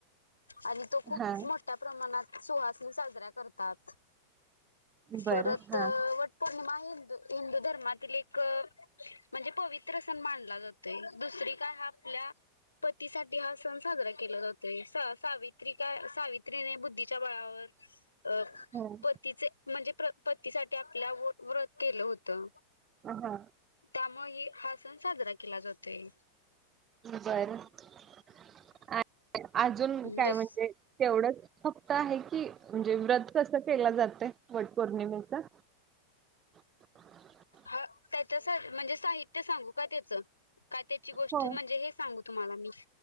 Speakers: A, on the left (about 80°); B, on the right (about 25°).
A: आणि तो खूप
B: हा
A: मोठ ठ्या प्रमाणात सुहासनी साजऱ्या करतात,
B: बरं
A: परत
B: हा
A: अ वट पौर्णिमा हिंदू हिंदू धर्मातील एक अ म्हणजे पवित्र सण मानला जातोय, दुसरी काय ह आपल्या पतीसाठी हा सण साजरा केला जातोय, स सावित्री काय सावित्रीने बुद्धीच्या बळावर अ
B: हा
A: पतीचे म्हणजे प्र पतीसाठी आपल्या व व्रत केलं होत. त
B: हा
A: त्यामुळे हि हा सण साजरा केला जातोय.
B: बर आणि अजून काय
A: दुस
B: म्हणजे? तेवढंच फक्त आहे की, म्हणजे व्रत कसं केलं जातय वट पौर्णिमेचा? <unintelligible>
A: ह त्याच म्हणजे साहित्य सांगू का त्याचं, का त्याची गोष्ट
B: हो
A: म्हणजे हे सांगू तुम्हाला मी,